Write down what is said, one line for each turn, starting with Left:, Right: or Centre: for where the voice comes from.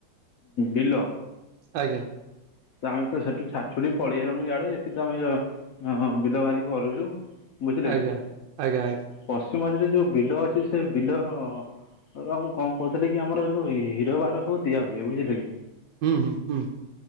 Left: ବିଲ
Right: ଆଜ୍ଞା।
Left: ତ ଆମେ ତ ସେଠୁ ଛା ଛୁଡି ପଳେଇଗଲଣି ଏଆଡେ ଏଠି ତ ଆମେ ଯ ବିଲ ବାଦି କରୁଛୁ। ବୁଝିଲେ
Right: ଆଜ୍ଞା
Left: କି
Right: ଆଜ୍ଞା ଆଜ୍ଞା
Left: ପଶ୍ଚିମ ମଝିରେ ଯୋଉ ବିଲ ଅଛି ସେ ବିଲ ହଉଉ ମୁଁ କଣ କହୁଥିଲି କି ଆମର ଏ ଯୋଉ ହିରୋ ବାର ଯୋଉ ଦିଆ ହୁଏ ବୁଝିଲେ କି।
Right: ହୁଁ ହୁଁ ହୁଁ।